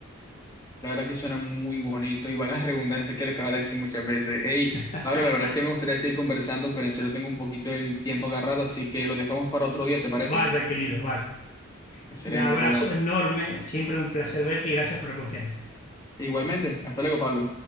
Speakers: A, on the left; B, on the left.
A: La verdad que suena muy bonito y vagas redundancias sé que lo acabas de decir muchas veces. Ey,
B: <laughs>
A: Pablo, la verdad es que me gustaría seguir conversando, pero en serio tengo un poquito del tiempo agarrado, así que lo dejamos para otro día, ¿te parece?
B: Vaya, querido, vaya.
A: Excelente,
B: Un abrazo
A: bueno,
B: enorme, siempre un placer verte y gracias por la confianza.
A: igualmente, hasta luego, Pablo.